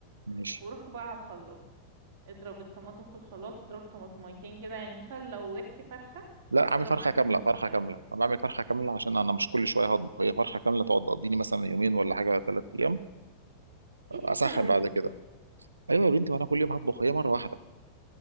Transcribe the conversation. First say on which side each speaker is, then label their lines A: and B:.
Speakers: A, on the right; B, on the right.
A: ماشي
B: وروح بقى على الخلاط اضرب الطماطم في الخلاط اضرب طماطميتين كده يعني مثلا لو ورك فرخة
A: لا
B: اضرب
A: عامل فرخه
B: معاه طماطمايه
A: كامله فرخه كامله
B: مثلا
A: انا بعمل فرخه كامله عشان انا مش كل شويه هطبخ هي فرخه كامله تقعد تقضيني مثلا يومين ولا حاجه ثلاث ايام
B: ايه
A: اسخن
B: التلوث
A: بعد كده
B: ده
A: ايوه يا بنتي وانا كل يوم هطبخ هي مره واحده